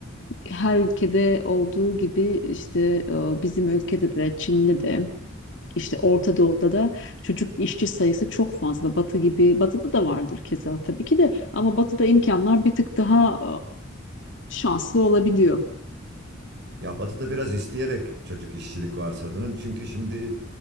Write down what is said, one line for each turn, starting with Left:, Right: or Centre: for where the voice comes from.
Left: Her ülkede olduğu gibi işte e, bizim ülkede de Çin'de de işte Orta Doğu'da da çocuk işçi sayısı çok fazla. Batı gibi, Batı'da da vardır keza tabii ki de ama Batı'da imkanlar bir tık daha e, şanslı olabiliyor.
Right: Ya Batı'da biraz isteyerek çocuk işçilik var sanırım. Çünkü şimdi